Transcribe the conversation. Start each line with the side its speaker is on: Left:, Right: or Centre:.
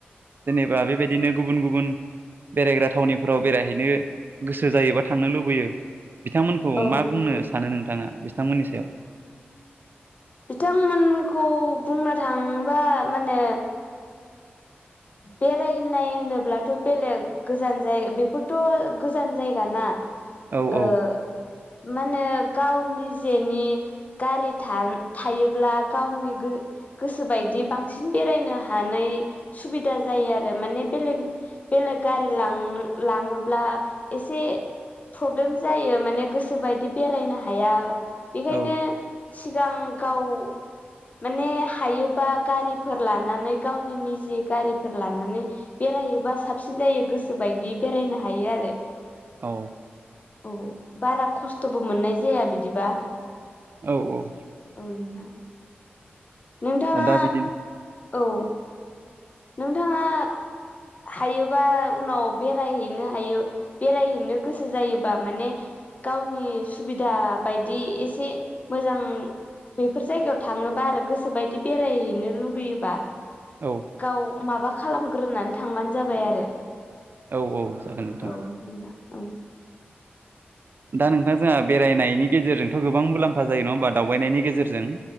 Right: जेनेबा बेबायदिनो गुबुन गुबुन बेरायग्रा थावनिफोराव बेरायहैनो गोसो जायोबा थांनो लुबैयो। बिथांमोनखौ
Left: औ
Right: मा बुंनो
Left: नंगौ
Right: सानो नोंथाङा बिथांमोननि सायाव?
Left: बिथांमोनखौ बुंनो थांङोबा माने बेरायनाय होनोब्लाथ' बेलेग गोजान जाय बेफोरथ' गोजान जायगा ना
Right: औ
Left: ओ
Right: औ
Left: मानो गाव नि जेनि गारि था-थायोब्ला गावनि गोसोबायदि बांसिन बेरायनो हानाय सुबिदा जायो आरो माने बेलेग बेलेग गारि लां लाङोब्ला एसे प्रब्लेम जायो माने गोसोबायदि बेरायनो हाया बेखायनो
Right: औ
Left: सिगां गाव, माने हायोबा गारिफोर लानानै गावनि निजि गारिफोर लानानै बेरायोबा साबसिन जायो गोसो बायदि बेरायनो हायो आरो
Right: औ
Left: औ बारा खस्थ'बो मोननाय जाया बिदिबा।
Right: औ औ
Left: औ नोंथां नोंथाङा
Right: दा बिदिनो
Left: औ नोंथाङा हायोबा उनाव बेरायहैनो हायो। बेरायहैनो गोसो जायोबा माने, गावनि सुबिदा बायदि एसे मोजां, बेफोर जायगायाव थाङोबा आरो गोसोबायदि बेरायहैनो लुगैयोबा,
Right: औ
Left: गाव माबा खालामग्रोनानै थांबानो जाबाय आरो
Right: औ औ जागोन नोंथां
Left: औ <unintelligible> औ
Right: दा नोंथां जोंहा बेरायनायनि गेजेरजोंथ' गोबां मुलाम्फा जायो नङा होमबा दावबायनायनि गेजेरजों,